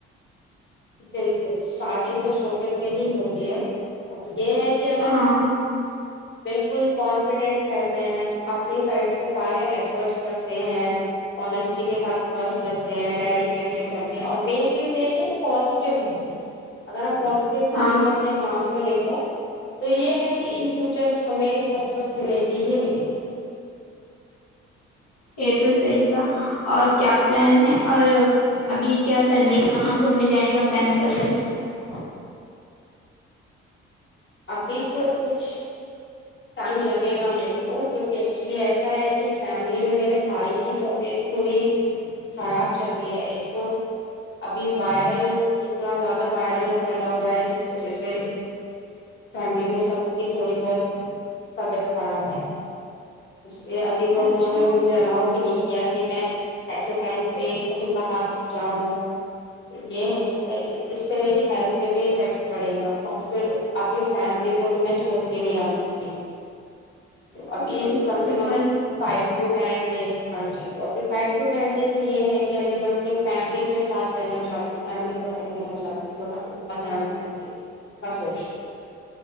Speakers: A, on the left; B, on the left.
A: بالکل اسٹارٹنگ کے چھوٹے سے ہی ہوتی ہے یہ ہے کہ اگر
B: ہاں
A: ہم بالکل کانفیڈینٹ رہتے ہیں اپنی سائڈ سے سارے ایفرٹس کرتے ہیں انیسٹی کے ساتھ ورک کرتے ہیں ڈیڈیکیٹیڈ رہتے ہیں اور مین چیز یہ کہ پازٹیو نہیں اگر ہم پزیٹیو
B: ہاں
A: رہیں گے اپنے کام لے کر تو یہ ہے کہ ان فیوچر ہمیں سکسیس ملے گی نہیں ملے گی
B: یہ تو صحیح کا اور کیا پلان ہے اور ابھی کیا سنڈے کہاں گھومنے جانے کا پلان کر رہے ہو
A: ابھی تو کچھ ٹائم لگے گا میرے کو کیونکہ ایکچولی ایسا ہے کہ فیملی میں میرے بھائی کی طبیعت تھوڑی خراب چل رہی ہے ایک تو ابھی وائرل اتنا زیادہ وائرل پھیلا ہوا ہے جس وجہ سے فیملی میں سب کی تھوڑی بہت طبیعت خراب ہے یہ ابھی تو
B: اچھا
A: انہوں نے مجھے الاؤ بھی لیک کیا کہ میں ایسے ٹائم پہ کہیں باہر جاؤں یہ ہو سکتا ہے کہ اس سے میری ہیلتھ پہ بھی افیکٹ بڑھے گا اور پھر انی فیملی کو بھی میں چھوڑ کے نہیں آ سکتی تو
B: یہ
A: ابھی
B: صحیح سوچا
A: کم سے کم
B: وہی
A: فائیو ٹو ٹین یز ہاں جی تو ابھی فائیو ٹو ٹین ڈیز یہ ہے کہ ابھی میں اپنی فیملی کے ساتھ رہنا چاہتی ہوں فیملی کو ٹائم لینا چاہتی ہوں تو آپ ان کا دھیان رکھنے کے کا سوچ رہ